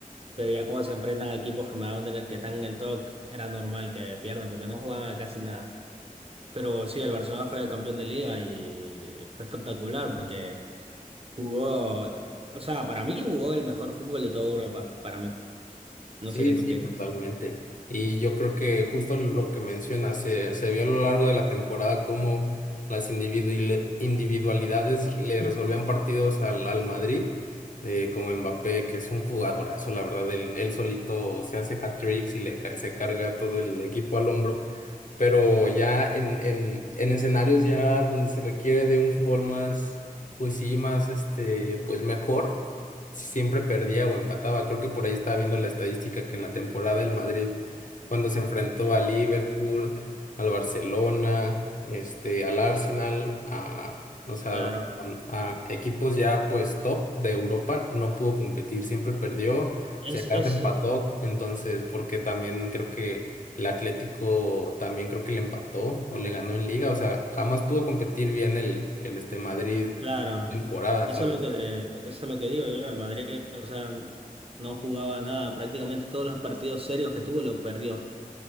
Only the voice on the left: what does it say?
Sí,
sí,
totalmente. Y yo creo que justo lo que mencionas, se, se vio a lo largo de la temporada cómo las individuali- individualidades le resolvían partidos al, al Madrid, eh, como Mbappé, que es un jugadorazo, la verdad, él, él solito se hace hat-tricks y le, ca- se carga todo el equipo al hombro pero ya en, en, en escenarios ya donde se requiere de un fútbol más, pues sí, más este, pues mejor, siempre perdía o empataba. Creo que por ahí estaba viendo la estadística que en la temporada el Madrid, cuando se enfrentó a Liverpool, al Barcelona, este, al Arsenal, a, o sea,
a, a equipos ya pues top de Europa, no pudo competir, siempre perdió.
Si acaso
empató, entonces, porque también creo que el Atlético también creo que le empató o le ganó en liga. O sea, jamás pudo competir bien el, el este Madrid
temporada,
¿sabes?